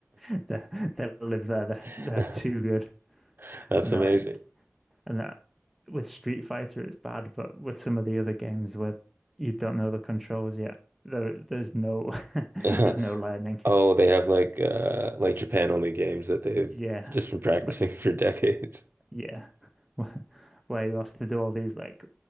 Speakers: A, in the centre; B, on the right.
A: <laughs> they will live there. They're,
B: <laughs>
A: they're too good,
B: That's
A: and
B: amazing.
A: they're like, and that with Street Fighter, it's bad, but with some of the other games where you don't know the controls yet, there there's no <laughs>
B: <laughs>
A: there's no learning.
B: Oh, they have like uh like Japan only games that they've
A: Yeah,
B: just been practicing
A: like
B: <laughs> for decades.
A: yeah, <laughs> where you have to do all these like